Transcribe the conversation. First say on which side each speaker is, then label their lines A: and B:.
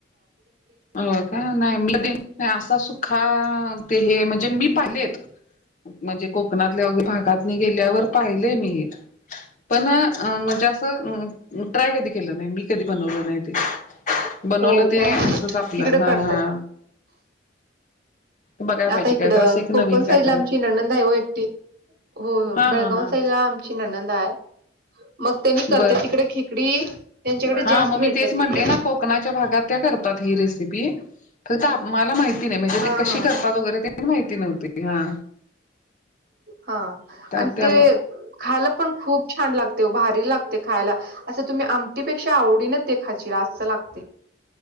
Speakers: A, on the left; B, on the right.
A: होय का नाही म कधी असा सुखा ते हे म्हणजे मी पाहिलेत.. म्हणजे कोकणातल्या वगैरे भागातनी गेल्यावर पाहिलंय मी हे. पण म्हणजे असं ट्राय कधी केलं नाही, मी कधी बनवलं नाही ते. बनवलं
B: हो
A: ते
B: काय
A: असंच आपलं
B: तिकडं
A: हं..
B: करतात
A: हा. बघाय पाहिजे
B: आता
A: काहीत
B: इकडं
A: असं एक नवीन
B: कोकण
A: काहीतरी
B: साईड ला आमची नणंद आहे वो एकटी. होय होय
A: हा
B: बेळगाव
A: हा हा
B: साईडला ची नणंद हाय मग त्यांनी करत्यात
A: बर
B: तिकडं खेकडी त्यांच्याकडे
A: हा
B: जास्त
A: मग
B: भेटत्यात
A: मी तेच म्हणले
B: तिकडं.
A: ना कोकणाच्या भागात त्या करतात ही रेसिपी, फक्त मला माहिती नाही म्हणजे
B: हा
A: ती कशी
B: हा
A: करतात वगैरे, पण माहिती नव्हती. हा.
B: हा
A: त्या
B: आणि
A: त्यामुळे
B: ते खायला पण खूप छान लागतंय वो, भारी लागतंय खायाला. असं तुम्हीं आमटीपेक्षा आवडीनं ते खाचीला असं लागतंय..